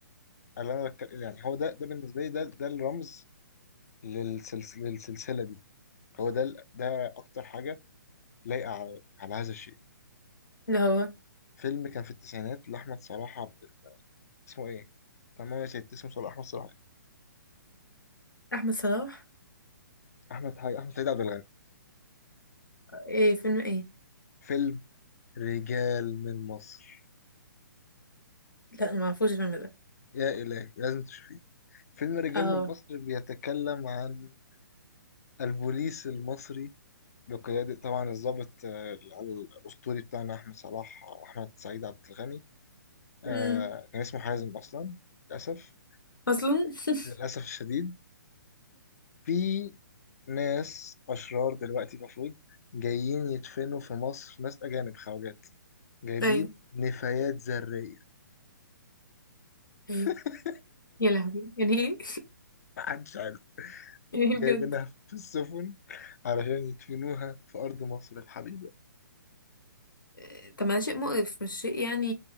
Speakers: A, on the left (about 50°); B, on the left (about 85°).
A: اللي أنا بتكلم يعني هو ده ده بالنسبة لي ده ده الرمز للسلس... للسلسلة دي هو ده ال- ده أكتر حاجة لايقة على... على هذا الشيء
B: اللي هو
A: فيلم كان في التسعينات لأحمد صلاح عبد ال- اسمه إيه؟ تمام يا سيدي اسمه صلاح أحمد صلاح إيه؟
B: احمد صلاح
A: أحمد حاجة أحمد سيد عبد الغني
B: ايه فيلم ايه
A: فيلم رجال من مصر
B: لا ما اعرفوش الفيلم ده
A: يا إلهي لازم تشوفيه فيلم رجال
B: اه
A: من مصر بيتكلم عن البوليس المصري بقيادة طبعا الضابط آه، ال- الأسطوري بتاعنا أحمد صلاح أحمد سعيد عبد الغني آه،
B: امم
A: كان اسمه حازم أصلا للأسف
B: اصلا <laughs>
A: للأسف الشديد في ناس أشرار دلوقتي المفروض جايين يدفنوا في مصر ناس أجانب خواجات جايبين
B: ايوه
A: نفايات ذرية
B: ايوه
A: <laughs>
B: يا لهوي يعني ايه
A: محدش عارف
B: يعني
A: جايبينها
B: ايه بجد
A: في السفن علشان يدفنوها في أرض مصر الحبيبة
B: آه، طب ما ده شيء مقرف مش شيء يعني